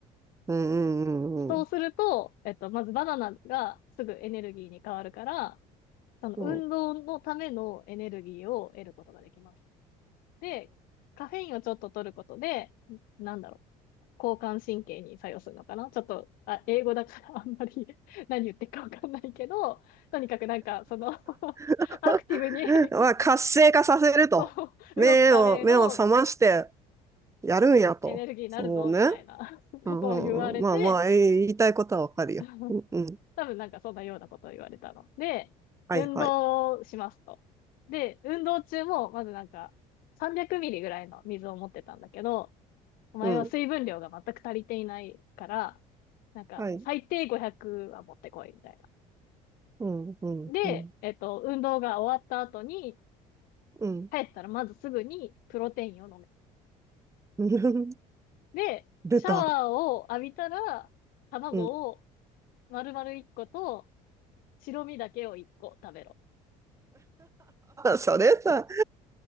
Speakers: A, on the right (about 20°); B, on the left (about 75°).
A: うん、うん、うん、
B: そうすると、
A: う
B: えっと、まずバナナがすぐエネルギーに変わるから、その運動のためのエネルギーを得ることができます。
A: ん。
B: で、カフェインをちょっと取ることで、なんだろう、交感神経に作用するのかなちょっと、あ、英語だから <laughs> あんまり <laughs> 何言ってるかわかんないけど、とにかくなんか、その <laughs>
A: <laughs>
B: アクティブに
A: まあ、活性化させると。
B: そ
A: 目を、
B: う、動くための
A: 目を覚ましてやるんやと。
B: エネルギーになるぞ、
A: そうね。
B: みたいな <laughs>
A: うん、
B: ことを言われて、
A: うんうんまあまあ、えー言いたいことはわかるよ。
B: <laughs>
A: うん、うん。
B: 多分なんかそんなようなことを言われたの。で、
A: はい、
B: 運動をしますと。
A: はい。
B: で、運動中も、まずなんか、300ミリぐらいの水を持ってたんだけど、お前は水分量が全く足りていないから、
A: うん。
B: なんか、
A: はい。
B: 最低500は持ってこい、みたいな。
A: うん、うん、
B: で、
A: うん、
B: えっと、運動が終わった後に、
A: うん。
B: 帰ったらまずすぐにプロテインを飲
A: <laughs>
B: で、
A: 出た。
B: シャワーを浴びたら、卵を
A: うん。
B: 丸々1個と、白身だけを1個食べろ。
A: <laughs> それさ、